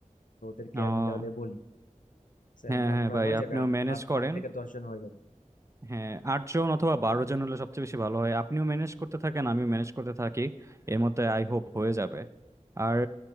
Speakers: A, on the left (about 85°); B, on the right (about 20°).
A: তো ওদেরকে
B: আহ
A: আমি তাহলে বলি সে
B: হ্যাঁ
A: আমরা
B: হ্যাঁ
A: মনে হয়
B: ভাই
A: হয়ে
B: আপনিও
A: যাবে আট
B: ম্যানেজ
A: আট
B: করেন
A: আট থেকে দশ জন হয়ে যাবে
B: হ্যাঁ আটজন অথবা বারো জন হলে সবচেয়ে বেশি ভালো হয় আপনিও ম্যানেজ করতে থাকেন আমিও ম্যানেজ করতে থাকি এর মধ্যে আই হোপ হয়ে যাবে আর